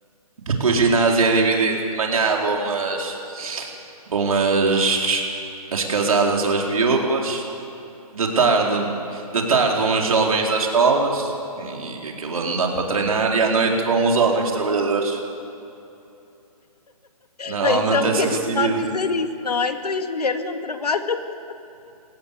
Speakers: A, on the right (about 65°); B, on the left (about 80°).
A: porque o ginásio é dividido. De manhã vão as, vão as, as casadas ou as viúvas. De tarde, de tarde vão os jovens das escolas. E aquilo não dá para treinar. E à noite vão os homens trabalhadores. Normalmente
B: Bem, isso é um
A: é
B: bocadinho
A: assim que se divide.
B: mal dizer isso, não é? Tu e as mulheres não trabalham, <laughs>